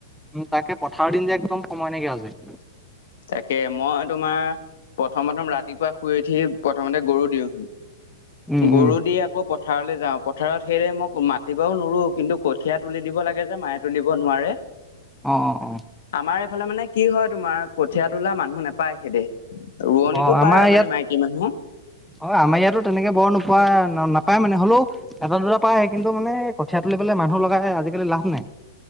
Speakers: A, in the centre; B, on the left.
A: উম তাকে পথাৰৰ দিন যে একদম সময় নাইকিয়া হৈছে
B: তাকে মই তোমাৰ প্ৰথম প্ৰথম ৰাতিপুৱা শুই উঠি প্ৰথমতে গৰু দিওঁহি
A: উম,
B: গৰু
A: উম,
B: দি আকৌ প পথাৰলৈ যাওঁ পথাৰত সেইৰে মোক মাতিবাও নুৰো কিন্তু কঠীয়া তুলি দিব লাগে যে মায়ে তুলিব নোৱাৰে
A: অ অ অ
B: আমাৰ মানে কি হয় তোমাৰ কঠীয়া তোলা মানুহ নাপায় সেখিতে ৰোৱনীটো
A: অ',
B: পায়
A: আমাৰ
B: মানে
A: ইয়াত
B: মাইকী মানুহ
A: অ আমাৰ ইয়াতো তেনেকে বৰ নোপোৱা নাপায় মানে হ'লেও এটা দুটা পাই কিন্তু মানে কঠিয়া তুলিবলে মানুহ লগাই আজিকালি লাভ নাই